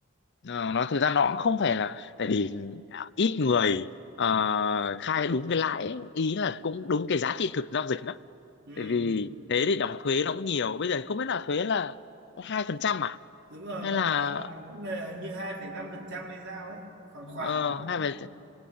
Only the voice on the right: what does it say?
Ừ,
đúng rồi,
vẫn
là vẫn là hình như hai phẩy năm phần trăm hay sao ấy, khoảng khoảng.
Ừ.